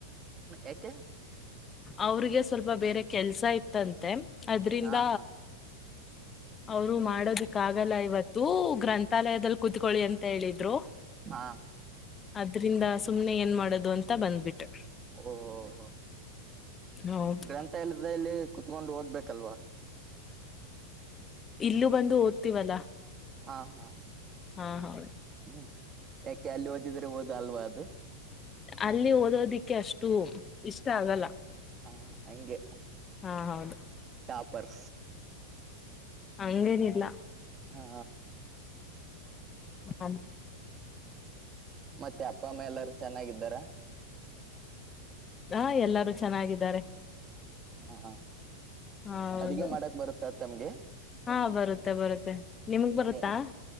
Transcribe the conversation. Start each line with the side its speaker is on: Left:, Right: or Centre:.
Right: ಯಕೆ
Left: ಅವ್ರಿಗೆ ಸ್ವಲ್ಪ ಬೇರೆ ಕೆಲ್ಸ ಇತ್ತಂತೆ ಅದ್ರಿಂದ
Right: ಹಾ ಹಾ
Left: ಅವರು ಮಾಡೋದಕ್ಕಾಗಲ್ಲ ಇವತ್ತು ಗ್ರಂಥಾಲಯದಲ್ಲಿ ಕುತ್ಕೊಳ್ಳಿ ಅಂತ ಹೇಳಿದ್ರು.
Right: ಹಾ
Left: ಅದ್ರಿಂದ ಸುಮ್ನೆ ಏನ್ ಮಾಡೋದು ಅಂತ ಬಂದ್ಬಿಟ್ಟು.
Right: ಓಹೋಹ
Left: ಹೌದು
Right: ಗ್ರಂಥ ಎಲ್ಲದ ಇಲ್ಲಿ ಕುತ್ಕೊಂಡು ಓದ್ಬೇಕಲ್ವಾ.
Left: ಇಲ್ಲೂ ಬಂದು ಓದ್ತೀವಲ್ಲಾ.
Right: ಹಾ ಹಾ.
Left: ಹಾ ಹಾ.
Right: ಹ್ಮ್ ಯಾಕೆ ಅಲ್ಲಿ ಓದಿದರೆೆ ಓದು ಅಲ್ವಾ ಅದು.
Left: ಅಲ್ಲಿ ಓದೋದಿಕ್ಕೆ ಅಷ್ಟು ಇಷ್ಟ ಆಗಲ್ಲ.
Right: ಹ ಹಂಗೆ
Left: ಹಾ ಹೌದು
Right: ಟಾಪರ್.
Left: ಹಂಗೆನ್ ಇಲ್ಲಾ.
Right: ಹಾ.
Left: ಹಾ.
Right: ಮತ್ತೆ ಅಪ್ಪಮ್ಮ ಎಲ್ಲಾರ ಚೆನ್ನಾಗಿದ್ದಾರ.
Left: ಹಾ ಎಲ್ಲರೂ ಚೆನ್ನಾಗಿದ್ದಾರೆ.
Right: ಹಾ
Left: ಹೌದು
Right: ಅಡಗೆ ಮಾಡಕ್ ಬರುತ್ತ ತಮ್ಗೆ.
Left: ಹಾ ಬರುತ್ತೆ ಬರುತ್ತೆ ನಿಮಗ್ ಬರುತ್ತಾ
Right: ಏನ್